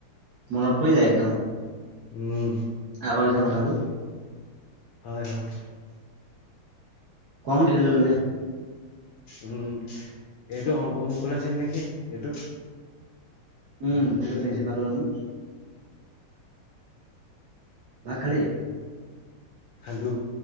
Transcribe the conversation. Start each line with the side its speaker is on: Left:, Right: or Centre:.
Right: মনত পৰি যায় একদম।
Left: উম'।
Right: আগৰ দিনৰ কথাবোৰ।
Left: হয়', হয়।
Right: কম খেলিলোনে
Left: উম' এইটো অংকুৰ, মুকলুল আছিল নেকি এইটো
Right: উম', এইটো প্ৰিঞ্চিপালৰ ৰুম। ভাত খালি।
Left: খালো।